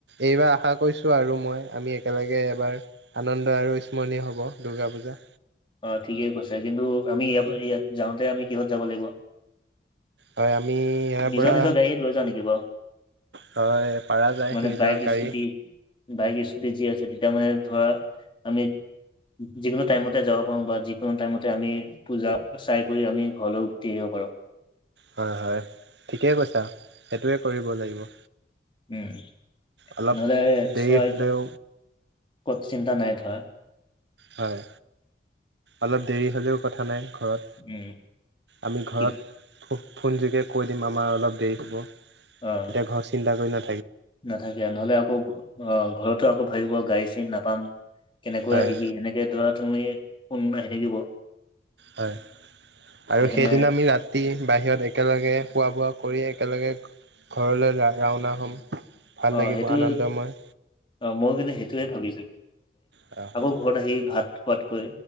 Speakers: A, on the right (about 80°); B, on the left (about 30°).
A: এইবাৰ আশা কৰিছোঁ আৰু মই আমি একেলগে এবাৰ আনন্দ আৰু স্মৰণীয় হ'ব দুৰ্গা পূজা।
B: অ ঠিকেই কৈছে কিন্তু আমি ইয় ইয়াত যাওঁতে আমি কিহত যাব লাগিব?
A: হয় আমি ইয়াৰ
B: নিজৰ
A: পৰা।
B: নিজৰ গাড়ী লৈ যাওঁ নেকি বাৰু
A: হয় পাৰা যায়
B: মানে
A: নিজৰ
B: বাইক
A: গাড়ী।
B: স্কুটি বাইক স্কুটি যি আছে তেতিয়া মানে ধৰা আমি। যিকোনো টাইমতে যাব পাৰো বা যিকোনো টাইমতে আমি পূজা চাই কৰি আমি ঘৰলৈ উভতি আহিব পাৰো।
A: হয় হয় ঠিকেই কৈছা সেইটোৱে কৰিব লাগিব?
B: উম
A: অলপ
B: নহলে
A: দেৰি
B: চোৱা
A: হ'লেও
B: কত চিন্তা নাই ধৰা।
A: হয় অলপ দেৰি হ'লেও কথা নাই। ঘৰত
B: উম
A: আমি ঘৰত
B: কি
A: ফোনযোগে কৈ দিম আমাৰ অলপ দেৰি হ'ব।
B: অ
A: তেতিয়া ঘৰ চিন্তা কৰি না।
B: নাথাকে নহলে আকৌ অ ঘৰতো আকৌ ভাবিব গাড়ী চাৰি নাপাম। কেনেকৈ
A: হয়
B: আহিবি সেনেকে ধৰা তুমি কোন আহি থাকিব?
A: হয় আৰু
B: সেইকাৰণে
A: সেইদিনা আমি ৰাতি বাহিৰত একেলগে খোৱা বোৱা কৰি একেলগে? ঘৰলৈ ৰাওনা হ'ম ভাল
B: অ'
A: লাগিব
B: সেইটো
A: আনন্দময়।
B: অ মই কিন্তু সেইটোয়ে ভাবিছো
A: হয়
B: আকৌ
A: হয়
B: ঘৰত আহি ভাত। খোৱাতকৈ